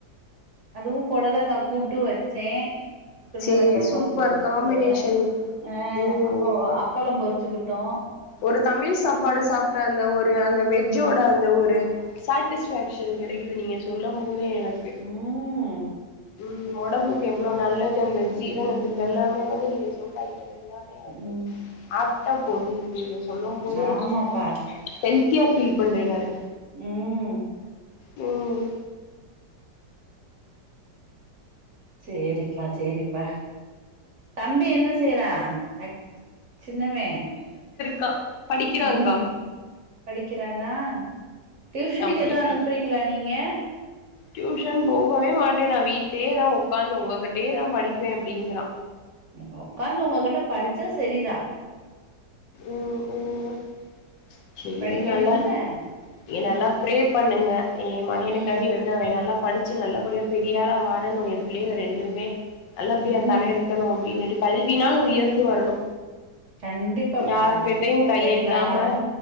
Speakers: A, on the right (about 50°); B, on the left (about 80°).
A: அதுவும் பொடலங்கா கூட்டு வெச்சேன் சுண்ட
B: சேரி
A: வத்தல்
B: சூப்பர்
A: கொழம்பு வெச்சு
B: காம்பினேஷன்
A: ஏ
B: ம்
A: அப்போ அப்பளம் பொறு வெச்சுகிட்டோ
B: ஒரு தமிழ் சாப்பாடு சாப்பிட்ட அந்த ஒரு அந்த வெஜ்ஜோ ட அந்த ஒரு சாட்டிஸ்பே சன் கெடைக்கிது நீங்க சொல்லம் போதே எனக்கு
A: ம்
B: ம் ஒடம்புக்கு எவ்ளோ நல்ல து அந்த
A: ம்
B: ஜீரணத்துக்கு எல்லாமே வந்து நீங்க சொல்றா ஏ அது எல்லாமே வந்து
A: ம்
B: அது டா போகுது நீங்க சொல்லம் போதே
A: ஆமாப்பா
B: டென் ஹெல்த்தியா பீல் பண்றே நானு
A: ம்
B: ம்
A: சேரிப்பா சேரிப்பா தம்பி என்ன செய்றா அக் சின்னவே
B: க்கா படிக்கிறாங்கக்கா
A: ம் படிக்கிறானா டியூஷனுக்கு
B: படிக்கிறான்
A: எதோ அனுப்புறீங்களா நீங்க
B: டியூஷன் போகவே மாட்டே நா வீட்லயேதா ஒக்காந்து ஒங்ககிட்டயே நா படிப் பே அப்டிங்கிறா
A: அப்ப ஒக்காந்து ஒங்ககிட்ட படிச்சா செரிதா
B: ம் ம் சேரி
A: படிக்கணும்ல
B: நல்லா இங்க
A: ம்
B: நல்லா பிரே பண்ணுங்க ஏ மகனுக்காண்டி
A: ம்
B: வந்து அவே நல்லா படிச்சி நல்ல எப்டியோ பெரியாள வரணு ஏம் புள்ளைங்க ரெண்டுமே நல்ல படியா
A: ம்
B: தல எடுக்கணு அப்டின்னுட்டு கல்வினால் உயர்ந்து வரணு
A: கண்டிப்பாப்
B: யாருகிட்டயு
A: பா
B: கையேந்தாம
A: எல்லாரு